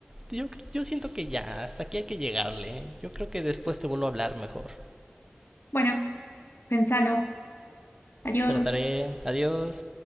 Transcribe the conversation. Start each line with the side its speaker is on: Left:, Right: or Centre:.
Right: yo, cre- yo siento que ya, hasta aquí hay que llegarle. Yo creo que después te vuelvo a hablar mejor.
Left: bueno, pensalo. Adiós.
Right: Trataré. Adiós.